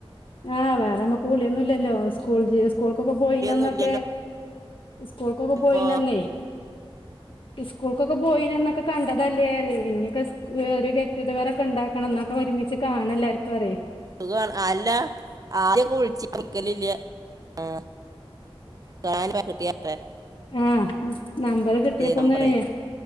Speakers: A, on the left (about 60°); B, on the right (about 35°).
A: ആഹ് വേറെമ്മക്ക് വിളിയൊന്നുംല്ലല്ലോ സ്കൂൾ ജ സ്കൂൾക്കൊക്കെ പോയിനന്നൊക്കെ
B: പുലിയൊന്നും ഇല്ലല്ലോ
A: സ്കൂൾക്കൊക്കെ പോയിനന്നേ
B: ഇപ്പൊ
A: സ്കൂൾക്കൊക്കെ പോയിനന്നൊക്കെ കണ്ടതല്ലേറേ ഇനൊക്കെ ഗേറ്റുഗതറാ െ ഉണ്ടാക്കണം എന്നൊക്കെ ഒരുമിച്ച് കാണ എല്ലർക്കും അറിയേ
B: സുഖ അല്ല ആദ്യൊക്കെ കുഴിച്ചി നിിക്കലില്ല ആ <unintelligible>
A: ആ നമ്പർ കിട്ടിയപ്പോ
B: നമ്പറേ
A: ഒന്ന്്യ